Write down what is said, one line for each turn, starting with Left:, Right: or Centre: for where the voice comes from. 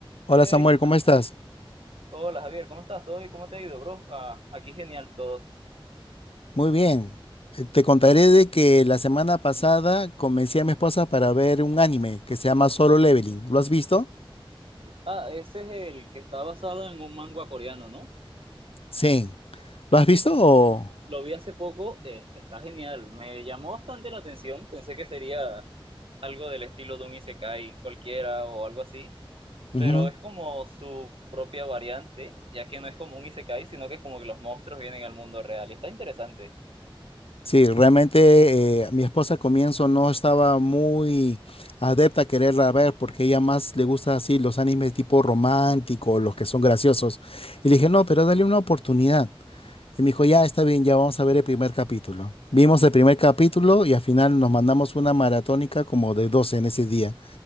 Left: Hola
Right: Hey,
Left: Samuel,
Right: ¿qué
Left: ¿cómo
Right: tal,
Left: estás?
Right: Javier? Hola, Javier, ¿cómo estás? ¿Todo bien? ¿Cómo te ha ido, bro? Ah, aquí genial todo.
Left: Muy bien. Eh, Te contaré de que la semana pasada convencí a mi esposa para ver un anime que se llama Solo Leveling. ¿Lo has visto?
Right: Ah, ese es el que está basado en un manga coreano, ¿no?
Left: Sí. ¿Lo has
Right: Sí,
Left: visto
Right: sí,
Left: o...?
Right: ese lo vi hace poco, eh, está genial. Me llamó bastante la atención, pensé que sería algo del estilo de un isekai cualquiera o algo así,
Left: Ujú.
Right: pero es como su propia variante, ya que no es como un isekai, sino que es como que los monstruos vienen al mundo real. Está interesante.
Left: Sí, realmente eh, mi esposa al comienzo no estaba muy adepta a quererla ver porque ella más le gusta así los animes tipo romántico, los que son graciosos. Y le dije, no, pero dale una oportunidad. Y me dijo, ya está bien, ya vamos a ver el primer capítulo. Vimos el primer capítulo y al final nos mandamos una maratónica como de 12 en ese día.